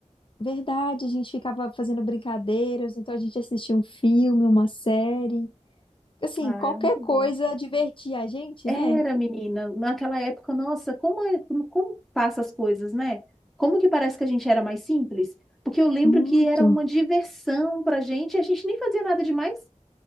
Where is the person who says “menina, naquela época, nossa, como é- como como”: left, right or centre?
Centre